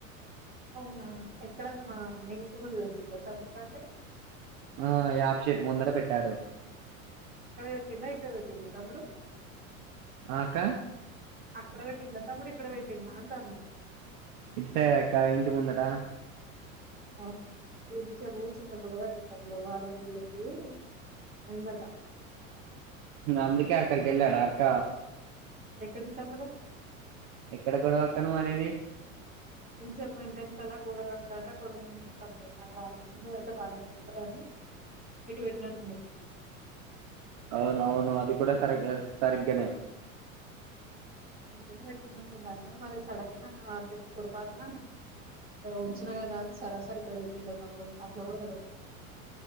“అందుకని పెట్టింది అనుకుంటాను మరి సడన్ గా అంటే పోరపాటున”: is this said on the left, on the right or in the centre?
Right